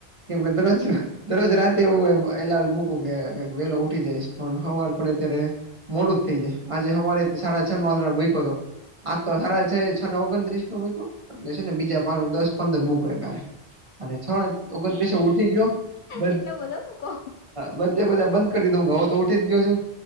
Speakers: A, on the right; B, on the left.
A: કેમ બેદર છ. દરરોજ રાતે એવું એલારામ મૂકું કેઈ વેલો ઉઠી જઈશ પણ હવાર પડે ત્યારે મોડું જ થઈ જાય આજે સવારે સાડા છ નો એલાર્મ મૂક્યો હતો. આ તો સાારા છે છ ને ઓગણત્રીસ નો મૂક એટલે છે ને બીજા પા દસ પંદર મૂક હારે એલે છ ઓગણત્રીસ ઊઠી ગયો બ
B: એટલા બધા મૂકો
A: બધે બધા બંધ કરી દીધું હું ગઉ તો ઉઠી જ ગયો છું